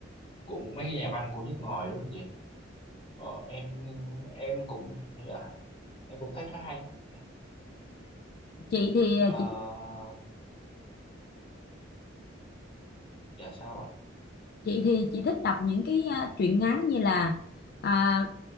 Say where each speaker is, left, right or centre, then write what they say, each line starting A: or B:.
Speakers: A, on the left (about 30°); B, on the left (about 50°).
A: của mấy cái nhà văn của nước ngoài đúng không chị? Ờ, em em cũng dạ, em cũng thấy nó hay Dạ.
B: Chị thì à,
A: Ờ,
B: chị
A: dạ sao ạ
B: chị thì chị thích đọc những cái à, truyện ngắn như là à,